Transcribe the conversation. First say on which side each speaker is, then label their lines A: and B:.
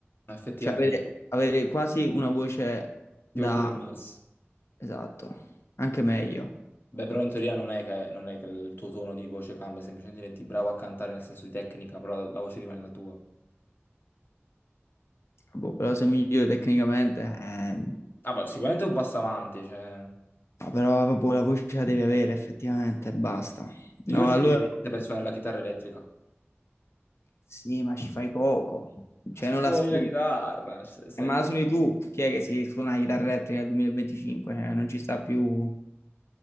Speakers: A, on the left; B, on the left.
A: effettivamente.
B: Cioè avere, avere quasi una voce da...
A: Tipo Bruno Mars.
B: Esatto, anche meglio.
A: Beh, però in teoria non è che, non è che il tuo tono di voce cambia, semplicemente diventi bravo a cantare nel senso di tecnica, però la, la voce rimane la tua.
B: Boh, però se migliore tecnicamente... ehm,
A: Ah, beh, sicuramente è un passo avanti, cioè...
B: no, però vabbè, la voce la devi avere effettivamente e basta. No,
A: Io sceglierei
B: allora...
A: per suonare la chitarra elettrica.
B: Sì, ma ci fai poco,
A: Ma
B: cioè
A: ci
B: non
A: suoni
B: la sfrutti.
A: la chitarra, s- sei
B: Eh, Ma
A: lì.
B: la suoni tu, chi è che si suona la chitarra elettrica nel 2025? Cioè, non ci sta più,